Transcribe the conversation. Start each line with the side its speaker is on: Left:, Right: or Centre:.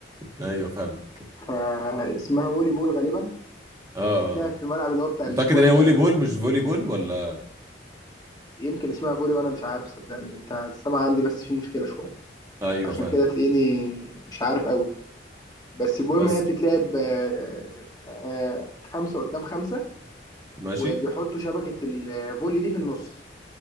Right: ايوه فاهم اه
Left: فاسمها فولي بول غالبا
Right: اه
Left: بتتلعب
Right: آه.
Left: في الملعب اللي هو بتاع
Right: متاكد
Left: الاسكواش
Right: ان هي
Left: ده
Right: فولي بول مش فولي بول ولا
Left: يمكن اسمها فولي وانا مش عارف صدقني انت السمع عندي بس في مشكله شويه
Right: ايوه
Left: عشان
Right: فاهم
Left: كده تلاقيني مش عارف قوي بس المهم
Right: بس
Left: هي بتتلعب آه، آه، خمسه قدام خمسه
Right: ماشي
Left: وبيحطوا شبكه الفولي دي في النص